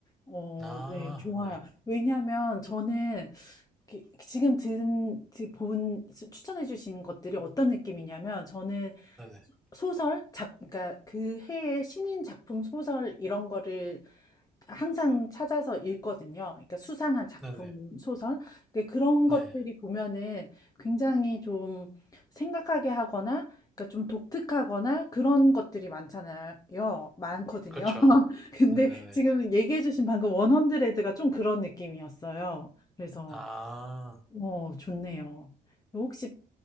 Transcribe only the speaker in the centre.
아,
네,
네네,
네네,
네.
그쵸.
네네네.
아,